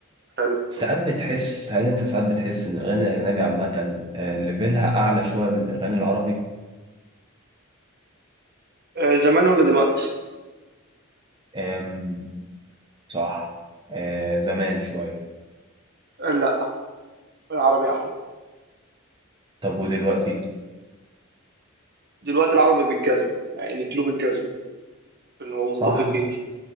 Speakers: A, on the right; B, on the right.
A: حلو
B: ساعات بتحس هل انت ساعات بتحس ان الاغاني الاجنبي عامه آه، ليفلها اعلى شويه من الاغاني العربي
A: آه، زمان ولا دلوقتي؟
B: آم، صح آه، زمان شويه
A: آه، لا العربي أحلى
B: طب ودلوقتي
A: دلوقتي العربي بالجزم يعني نديله بالجزم إن هو
B: صح
A: متفقين